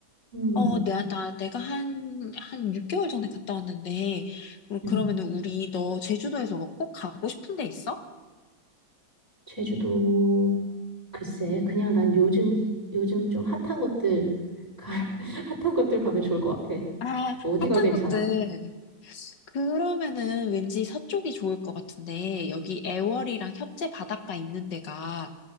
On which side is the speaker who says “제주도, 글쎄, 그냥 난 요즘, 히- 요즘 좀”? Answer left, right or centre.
Right